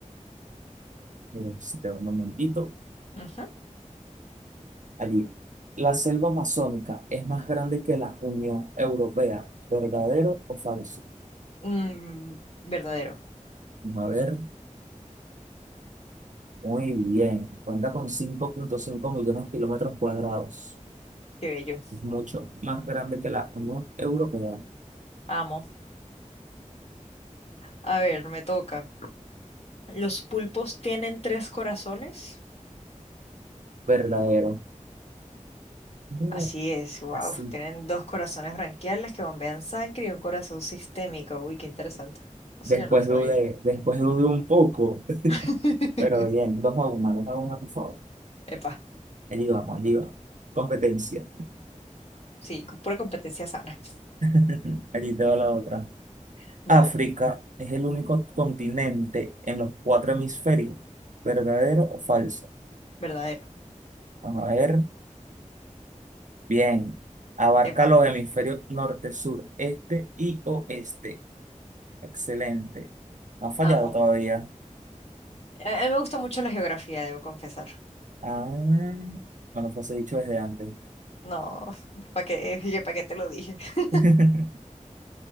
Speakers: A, on the right; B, on the left.
A: Miren, Este, un momentito.
B: Ujú.
A: Allí. La selva amazónica es más grande que la Unión Europea. ¿Verdadero o falso?
B: Mm, verdadero.
A: vamos A ver, muy bien. Cuenta con cinco punto cinco millones de kilómetros cuadrados.
B: Qué bello.
A: Es mucho más grande que la Unión Europea.
B: Amo. A ver, me toca. ¿Los pulpos tienen tres corazones?
A: Verdadero. No,
B: Así es, wow.
A: así.
B: Tienen dos corazones branquiales que bombean sangre y un corazón sistémico. Uy, qué interesante. Eso
A: Después
B: ya no lo sabía.
A: dudé, después dudé un poco.
B: <laughs>
A: Pero bien, dos a una, dos a una, por favor.
B: Epa,
A: Allí vamos, allí vamos. Competencia.
B: sí, con pura competencia sana.
A: <laughs> Allí te va la otra.
B: <laughs> Dale,
A: África es el único continente en los cuatro hemisferios. ¿Verdadero o falso?
B: verdadero.
A: Vamos a ver. Bien. Abarca
B: Epa,
A: los hemisferios norte, sur, este y oeste. Excelente. No ha fallado
B: amo.
A: todavía.
B: A a mí me gusta mucho la geografía, debo confesar.
A: Ah, bueno, pues he dicho desde antes.
B: No, <laughs> ¿para qué? ¿Para qué te lo dije? <laughs>
A: <laughs>